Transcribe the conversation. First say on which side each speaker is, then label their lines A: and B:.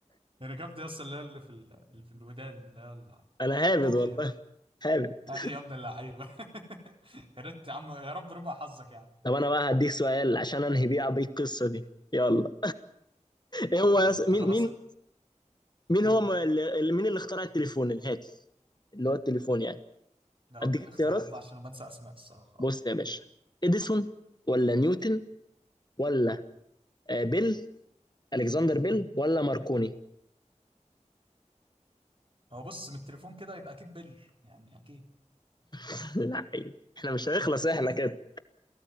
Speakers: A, on the right; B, on the left.
A: الركاب دي اصلا اللي هي اللي في ال... اللي في الودان اللي هي
B: انا هابد
A: الكوكليا
B: والله هابد
A: آه، ايه يا ابن اللعيبة <laughs> يا ريت يا عم يا رب ربع حظك يا عم
B: طب انا بقى هديك سؤال عشان انهي بيه بيه القصه دي يلا ايه هو
A: طب
B: يص...
A: آه، انت
B: مين
A: خلاص
B: مين مين
A: قول
B: هو م- اللي مين اللي اخترع التليفون الهاتف اللي هو التليفون يعني
A: لو
B: اديك
A: اديني
B: اختيارات
A: اختيارات بقى عشان انا بنسى اسماء الصراحة اه
B: بص يا باشا اديسون ولا نيوتن ولا آه، بيل الكسندر بيل ولا ماركوني
A: هو بص من التليفون كده يبقى اكيد بل يعني اكيد
B: <laughs> لا عيب. احنا مش هنخلص احنا كده